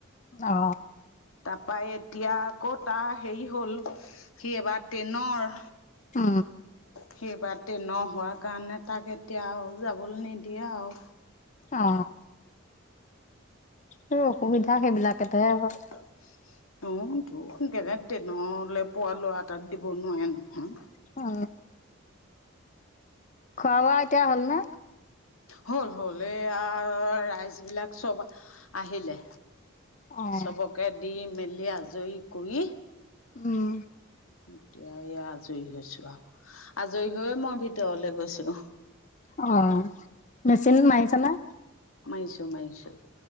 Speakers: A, on the left; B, on the left.
A: অ।
B: তাপা এতিয়া আকৌ তাৰ হেৰি হ'ল সি এবাৰ টেনৰ।
A: অ।
B: সি এইবাৰ টেনৰ হোৱা কাৰণে তাক এতিয়া আৰু যাবলৈ নিদিয়ে আও।
A: অ। মোৰ অসুবিধা সেইবিলাকতে হয়।
B: <unintelligible> অ, তো একেবে টেনলে পোৱা লৱা এটাক দিব নোৱাৰে নহয়।
A: অ। খোৱা-বোৱা এতিয়া হ'ল নে?
B: হ'ল, হ'ল। এইয়া ৰাইজবিলাক চব আহিলে।
A: অ'।
B: চবকে দি মেলি আজৰি কৰি
A: উম।
B: এতিয়া এই আজৰি হৈছো আও। আজৰি হৈয়ে মই ভিতৰলে গৈছো।
A: অ, মেচিন মাৰিছে নে?
B: মাৰিছো, মাৰিছো।